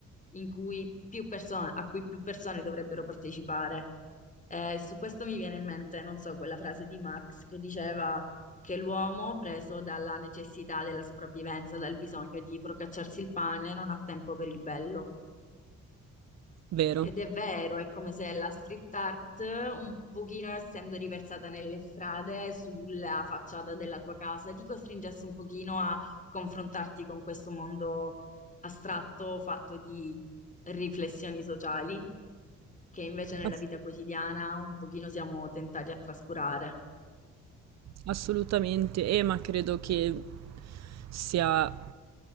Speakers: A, on the left; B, on the right.
A: in cui più persone, a cui più persone dovrebbero partecipare. Eh, su questo mi viene in mente, non so, quella frase di Marx che diceva che l'uomo, preso dalla necessità della sopravvivenza, dal bisogno di procacciarsi il pane, non ha tempo per il bello.
B: vero.
A: Ed è vero, è come se la street art, un pochino essendo riversata nelle strade, sulla facciata della tua casa, ti costringesse un pochino a confrontarti con questo mondo astratto, fatto di riflessioni sociali, che invece nella
B: Ass-
A: vita quotidiana un pochino siamo tentati a trascurare.
B: Assolutamente, eh, ma credo che sia